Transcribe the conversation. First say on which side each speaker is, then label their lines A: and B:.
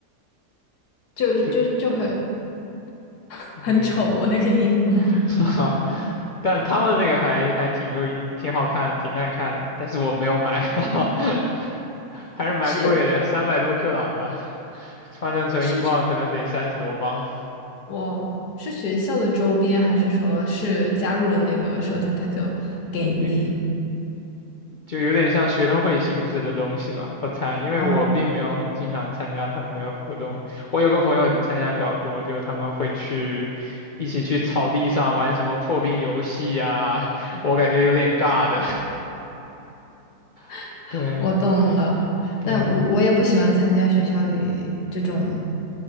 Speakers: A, on the left (about 80°); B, on the left (about 65°).
A: <laughs> 就就就很
B: 对，
A: <laughs>
B: 嗯，
A: 很丑那个衣服。<laughs>
B: <laughs> 是吧？但他们那个还还挺有挺好看，挺耐看的，但是我没有买，<laughs> 还是蛮贵的，
A: 是
B: 三百多克朗吧，换算成英镑可能得三十多镑，
A: 是是哇哦是学校的周边，还是说是加入了那个社团，他就给你？
B: 有就有点像学生会性质的东西吧，我猜，因为我并没有很经常参加他们的活动，
A: 嗯
B: 我有个朋友参加比较多，就他们会去。一起去草地上玩什么破冰游戏呀、我感觉有点尬的。<laughs>
A: <laughs>，
B: 对
A: 我懂了，
B: 对，
A: 但我我也不喜欢参加学校里这种